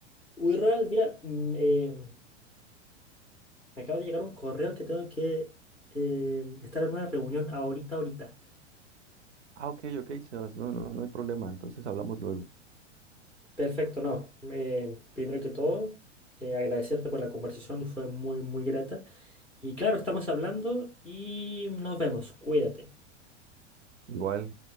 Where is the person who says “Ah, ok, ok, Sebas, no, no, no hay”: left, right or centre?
Right